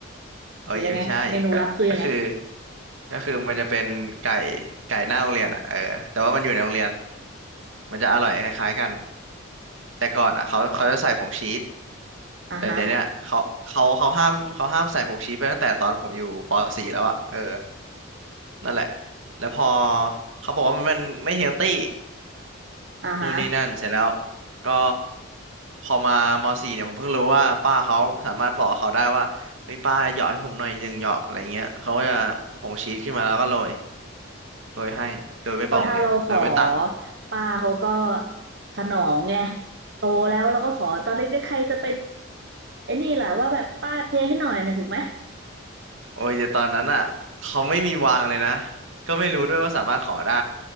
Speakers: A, on the right; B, on the right.
A: เอ้ยไม่ใช่ก็ก็คือ
B: หรือยังไงเมนูลับคือยังไง
A: ก็คือมันจะเป็นไก่ไก่หน้าโรงเรียนอ่ะเออแต่ว่ามันอยู่ในโรงเรียนมันจะอร่อยคล้ายๆกันแต่ก่อนอ่ะเขาเขาจะใส่ผงชีส
B: อ่าฮะ
A: แต่เดี๋ยวเนี้ยเขาเขาเขาห้ามเขาห้ามใส่ผงชีสไปตั้งแต่ตอนผมอยู่ป .4 แล้วอ่ะเออนั่นแหละแล้วพอเขาบอกว่ามันมันไม่เฮลตี้
B: อ่าฮะ
A: นู่นนี่นั่นเสร็จแล้วก็พอมามสี่เนี่ยผมเพิ่งรู้ว่าป้าเขาสามารถบอกเขาได้ว่าเฮ้ยป้าเหยาะให้ผมหน่อยหนึ่งเหยาะอะไรเงี้ยเขาก็จะผงชีสขึ้นมาแล้วก็โรยโรยให้โดยไม่บอกโรงเรียนโดยไม่ตั้ง
B: ก็ถ้าเราขอป้าเขาก็สนองไงโตแล้วเราก็ขอตอนเล็กๆใครจะไปไอ้นี่แหละว่าแบบป้าเทให้หน่อยนะถูกไหม
A: โอ้ยแต่ตอนนั้นอ่ะเขาไม่มีวางเลยนะก็ไม่รู้ด้วยว่าสามารถขอได้